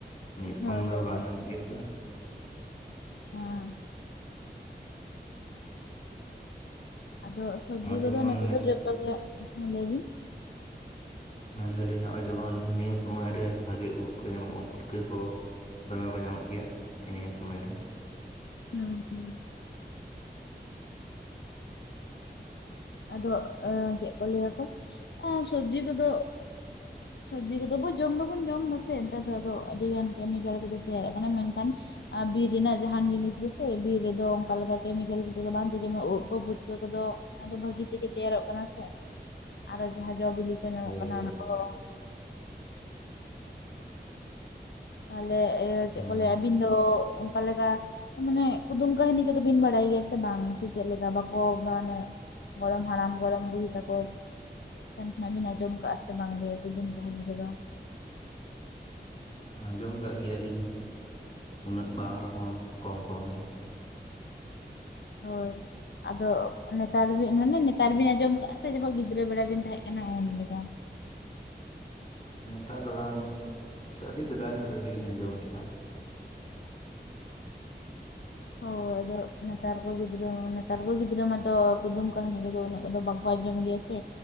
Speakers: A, on the left; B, on the left.
A: ᱢᱤᱫ ᱨᱚᱠᱚᱢ
B: ᱦᱳᱭ
A: ᱫᱚ
B: ᱦᱳᱭ
A: ᱵᱟᱝ
B: ᱦᱳᱭ
A: ᱧᱟᱢᱚᱜ ᱜᱮᱭᱟ ᱥᱮ
B: ᱦᱮᱸ ᱟᱫᱚ ᱥᱚᱵᱽᱡᱤ
A: ᱱᱚᱜᱼᱚᱭ
B: ᱠᱚᱫᱚ
A: ᱡᱮᱢᱚᱱ
B: ᱱᱮᱛᱟᱨ ᱫᱚ ᱡᱚᱛᱚᱜᱮ <unintelligible> ᱞᱟᱹᱭ ᱵᱤᱱ
A: ᱢᱮᱱᱫᱟᱞᱤᱧ ᱱᱚᱜᱼᱚᱸᱭ ᱡᱮᱢᱚᱱ ᱱᱤᱭᱟᱹ ᱥᱚᱢᱚᱭ ᱨᱮ ᱵᱷᱟᱹᱜᱤ ᱩᱫ ᱠᱚ ᱧᱟᱢᱚᱜᱼᱟ ᱯᱩᱴᱠᱟᱹ ᱠᱚ ᱫᱚᱢᱮ ᱠᱚ ᱧᱟᱢᱚᱜ ᱜᱮᱭᱟ <unintelligible> ᱱᱤᱭᱟᱹ ᱥᱚᱢᱚᱭ ᱨᱮ
B: <unintelligible> ᱟᱫᱚ ᱪᱮᱫ ᱠᱚ ᱞᱟᱹᱭᱟᱠᱚ ᱟᱸ ᱥᱚᱵᱡᱤ ᱠᱚᱫᱚ ᱥᱚᱵᱽᱡᱤ ᱠᱚᱫᱚ ᱡᱚᱢ ᱫᱚᱵᱚᱱ ᱡᱚᱢ ᱫᱟᱥᱮ ᱱᱮᱛᱟᱨ ᱫᱚ ᱟᱫᱚ ᱟᱹᱰᱤ ᱜᱟᱱ ᱠᱮᱢᱤᱠᱮᱞ ᱠᱚᱛᱮ ᱛᱮᱭᱟᱨᱚᱜ ᱠᱟᱱᱟ ᱢᱮᱱᱠᱷᱟᱱ ᱟᱨ ᱵᱤᱨ ᱨᱮᱱᱟᱜ ᱡᱟᱦᱟᱱ ᱡᱤᱱᱤᱥ ᱜᱮᱥᱮ ᱵᱤᱨ ᱨᱮᱫᱚ ᱚᱱᱠᱟ ᱞᱮᱠᱟ ᱠᱮᱢᱤᱠᱮᱞ ᱠᱚᱛᱮ ᱫᱚ ᱵᱟᱝ ᱛᱟᱦᱮᱸ ᱡᱮᱢᱚᱱ ᱩᱫ ᱠᱚ ᱯᱩᱴᱠᱟᱹ ᱠᱚᱫᱚ ᱚᱱᱟ ᱫᱚ ᱵᱷᱟᱹᱜᱤ ᱛᱮᱜᱮ ᱛᱮᱭᱟᱨᱚᱜ ᱠᱟᱱᱟ ᱥᱮ ᱟᱨᱦᱚ ᱡᱟᱦᱟᱸ ᱡᱚ ᱵᱤᱞᱤ ᱠᱚ ᱧᱟᱢᱚᱜ
A: ᱦᱳᱭ
B: ᱠᱟᱱᱟ
A: ᱦᱳᱭ
B: ᱚᱱᱟ ᱠᱚᱦᱚ ᱛᱟᱦᱚᱞᱮ ᱤᱭᱟᱹ ᱪᱮᱫ
A: ᱦᱮᱸ
B: ᱠᱚ ᱞᱟᱹᱭᱟ ᱟᱹᱵᱤᱱ ᱫᱚ ᱚᱱᱠᱟ ᱞᱮᱠᱟ ᱢᱟᱱᱮ ᱠᱩᱫᱩᱢ ᱠᱟᱹᱦᱱᱤ ᱠᱚᱫᱚ ᱵᱤᱱ ᱵᱟᱲᱟᱭ ᱜᱮᱭᱟ ᱥᱮ ᱵᱟᱝ ᱥᱮ ᱪᱮᱫ ᱞᱮᱠᱟ ᱵᱟᱠᱚ ᱢᱟᱱᱮ ᱜᱚᱨᱚᱢ ᱦᱟᱲᱟᱢ ᱜᱚᱨᱚᱢ ᱵᱩᱲᱦᱤ ᱛᱟᱠᱚ ᱴᱷᱮᱱ ᱠᱷᱚᱱᱟᱜ ᱵᱤᱱ ᱟᱸᱡᱚᱢ ᱠᱟᱜᱼᱟ ᱥᱮ ᱵᱟᱝᱜᱮ ᱠᱩᱫᱩᱢ ᱠᱟᱹᱦᱱᱤ ᱠᱚᱫᱚ
A: ᱟᱸᱡᱚᱢ ᱠᱟᱫ ᱜᱮᱭᱟᱞᱤᱧ <inaudible> ᱩᱱᱟᱹᱜ ᱵᱟᱝ ᱨᱮᱦᱚᱸ ᱠᱚᱢ-ᱠᱚᱢ ᱫᱚ
B: ᱦᱳᱭ ᱟᱫᱚ ᱱᱮᱛᱟᱨ <unintelligible> ᱢᱟᱱᱮ ᱱᱮᱛᱟᱨ ᱵᱤᱱ ᱟᱸᱡᱚᱢ ᱟᱠᱟᱫᱼᱟ ᱥᱮ ᱡᱚᱠᱷᱚᱱ ᱜᱤᱫᱽᱨᱟᱹ ᱵᱮᱲᱟ ᱵᱤᱱ ᱛᱟᱦᱮᱸ ᱠᱟᱱᱟ ᱩᱱᱞᱮᱠᱟ
A: ᱱᱮᱛᱟᱨ ᱫᱚ ᱵᱟᱝ ᱟᱹᱰᱤ ᱥᱮᱫᱟᱭ ᱧᱚᱜ ᱨᱮᱜᱮᱞᱤᱧ ᱟᱸᱡᱚᱢ ᱞᱮᱜᱼᱟ
B: ᱦᱳᱭ ᱟᱫᱚ ᱱᱮᱛᱟᱨ ᱠᱚ ᱜᱤᱫᱽᱨᱟᱹ ᱱᱮᱛᱟᱨ ᱠᱚ ᱜᱤᱫᱽᱨᱟᱹ ᱢᱟᱛᱚ ᱠᱩᱫᱩᱢ-ᱠᱟᱹᱦᱱᱤ ᱠᱚᱫᱚ ᱩᱱᱟᱹᱜ ᱠᱚᱫᱚ ᱵᱟᱝ ᱟᱸᱡᱚᱢ ᱜᱮᱭᱟ ᱥᱮ